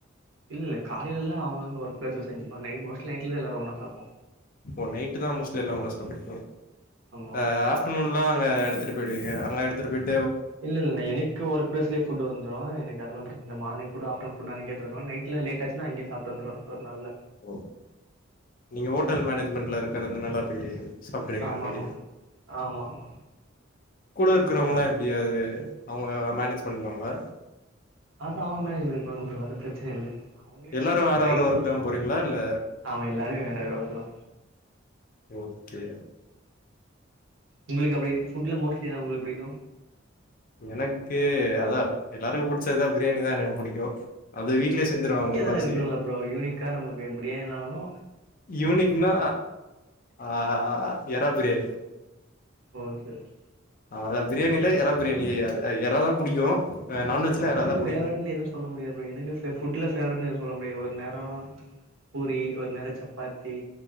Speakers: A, on the right; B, on the left.
A: இல்லல்ல காலைலலா அவங்கவங்க ஒர்க் ப்ளேஸ்ல செஞ்சுக்குவாங்க நைட் மோஸ்ட் நைட்ல தா எல்லாரு ஒன்னா சாப்போ
B: ஒ நைட்டுதா மோஸ்ட்லி எல்லா ஒன்னா சாப்டுவீங்களோ
A: ஆமாமா
B: அ ஆஃப்டனூன்லா அங்க எடுத்துட்டு போய்டுவீங்க அங்க எடுத்துட்டு போய்
A: இல்ல இல்ல எனக்கு ஒர்க் ப்ளேஸ்லே ஃபுட்டு வந்துரு எனக்கு அதெல்லா பிரச்சன இல்ல மார்னிங் ஃபுட்டா ஆப்டர்னு ஃபுட்லா இங்கே எத்துருவே நைட்ல லேட் ஆச்சு னா அங்க்யே சாப்ட்டு வந்துருவே ஒரு நாள்ல
B: ஓ நீங்க ஹோட்டல் மேனேஜ்மெண்ட்ல இருக்கறதுனால அப்டி சாப்றீங்க
A: ஆமாமா
B: அங்கயே
A: ஆமாமா
B: கூட இருக் குறவங்களா எப்டி அது அவுங்க அத மேனேஜ் பண்ணிப்பாங்களா
A: அது அவங்க மேனேஜ் பண்ணிப்பாங்க ப்ரோ அது ப்ரச்சனை இல்ல அவங்களுக்
B: எல்லாரு
A: என்ன
B: வேற
A: சைசு
B: வேற ஒர்க் தா போறீங்களா இல்ல
A: ஆமா எல்லாருமே வேற வேற ஒர்க்குதா
B: ஓகே
A: உங்களுக்கு அப்டி ஃபுட்ல மோஸ்ட்லி என்னா உங்ளுக்கு புடிக்கு
B: எனக்கு அதா எல்லாருக்கு புடிச்சதுதா பிரியாணிதா எனக்கு புடிக்கு அது வீட்லயே
A: ஏனா
B: செஞ்சிருவாங்க
A: யூனிக்கா
B: முக்காவாசி
A: எதானு இருக்கணுல ப்ரோ யூனிக்கா நமக்கு பிரியாணினாலு
B: யூனிக்னா ஆ எறால் பிரியாணி
A: ஓகே ஓகே
B: ஆ அதா பிரியாணில எறா பிரியாணி எறாதா புடிக்கு நான்வெஜ்ல
A: நமக்கு
B: எறா தா புடிக்கு
A: ஃபேவரட்னு எதுவு சொல்ல முடியாது ப்ரோ எனக்கு ஃப ஃபுட்ல ஃபேவரட்னு எது சொல்ல மு டியாது ஒரு நேர பூரி ஒரு நேர சப்பாத்தி